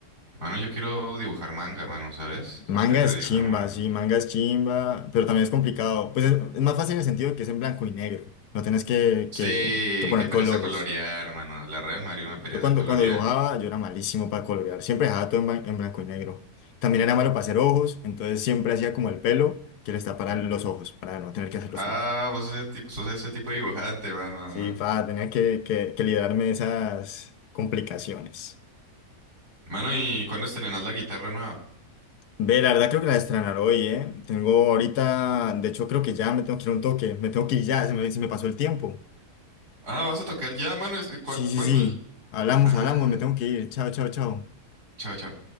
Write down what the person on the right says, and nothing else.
Mano, yo quiero dibujar manga, mano, ¿sabes?
Aprender
a dibujar
manga.
Sí,
qué pereza
colorear, hermano. La Real María una pereza
colorear.
Ujú.
Ah,
vos sos ese tipo, sos ese tipo de dibujante, mano.
Mano, ¿y cuándo estrenás la guitarra nueva?
Ah, vas a tocar ya, mano. es- eh, cua-
¿Cuándo?
Ah,
chao, chao.